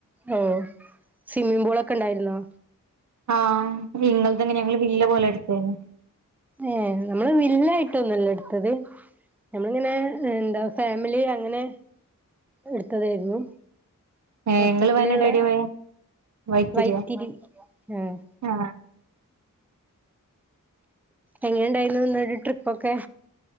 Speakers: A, in the centre; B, on the right.
A: ഓ സ്വിമ്മിംഗ് പൂളൊക്കെ ഉണ്ടായിരുന്നോ
B: ആഹ് ഇങ്ങളതന്നെ ഞങ്ങള് വില്ല പോലെ എടുത്തേന്ന്
A: ഏഹ് നമ്മള് വില്ല എ ട്ടൊന്നുവല്ല എടുത്തത് ഞമ്മളിങ്ങനെ എന്താ ഫാമിലി അങ്ങനെ എടുത്തതായിരുന്നു
B: ഏ
A: മൊത്തത്തിലുള്ള
B: ങ്ങള് വയനാടേടെയാ പോയെ വൈത്തിരിയാ
A: വൈത്തിരി ആഹ്
B: ആ
A: എങ്ങനെണ്ടായിരു <unintelligible> ട്രിപ്പൊക്കെ